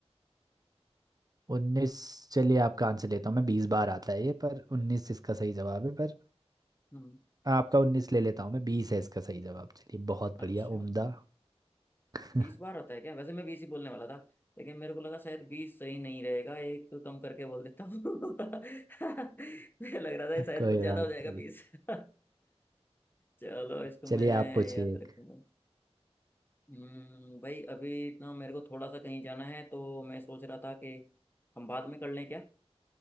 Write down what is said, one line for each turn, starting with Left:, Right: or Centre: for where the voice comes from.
Right: उन्नीस चलिए आपका आंसर लेता हूँ मैं बीस बार आता है ये पर उन्नीस इसका सही जवाब है पर
Left: हम्म
Right: आपका उन्नीस ले लेता हूँ मैं बीस है इसका सही जवाब चलिए बहुत
Left: अच्छा
Right: बढ़िया उम्दा <laughs>
Left: बीस बार होता है क्या वैसे मैं बीस ही बोलने वाला था लेकिन मेरे को लगा शायद बीस सही नहीं रहेगा एक कम करके बोल देता हूँ <laughs> मुझे लग रहा था ये शायद
Right: कोई
Left: कुछ ज्यादा
Right: बात
Left: हो जाएगा
Right: नहीं
Left: बीस <laughs> चलो इसको
Right: चलिए
Left: मैं
Right: आप पूछिए
Left: याद
Right: एक
Left: रखूंगा हम्म भाई अभी ना मेरे को थोड़ा सा कहीं जाना है तो मैं सोच रहा था कि हम बाद में कर लें क्या